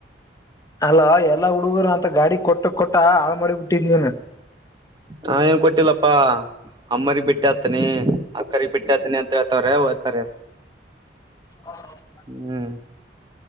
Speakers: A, on the left; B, on the right.
A: ಅಲ್ಲ ಎಲ್ಲಾ ಹುಡುಗರು ಅಂತ ಗಾಡಿ ಕೊಟ್ಟ ಕೊಟ್ಟ ಹಾಳು ಮಾಡಿ ಬಿಟ್ಟಿದ್ನನ್
B: ಹಾ ಏನ್ ಕೊಟ್ಟಿಲ್ಲಪ್ಪಾ ಅಮ್ಮ ಬಿಟ್ಟ ಹತನಿ ಅಕ್ಕರ್ ಬಿಟ್ಟ ಹತನಿ ಅಂತ ರವ ಅತಾರೆ <inaudible>
A: ಹೌ <inaudible>
B: ಹ್ಮ್